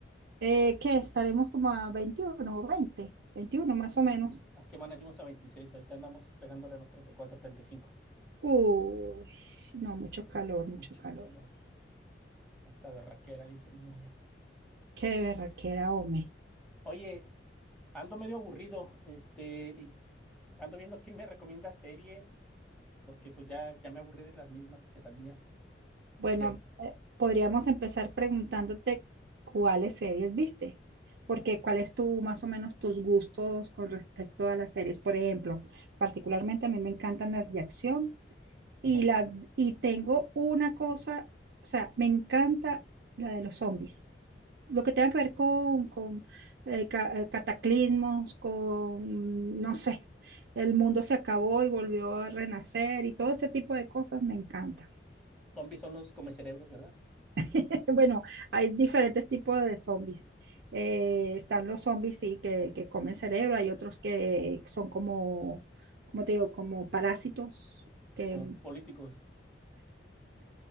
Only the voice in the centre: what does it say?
¿A qué manejamos a 26? Ahorita andamos pegándole a los 34, 35.
Mucho
calor. Esta berraquera, dicen. no, ya.
Oye, ando medio aburrido, este, y ando viendo quién me recomienda series, porque pues ya, ya me aburrí de las mismas, de las mías.
Ya.
ujú.
Zombies son los comecerebros, ¿verdad?
Como políticos. <laughs>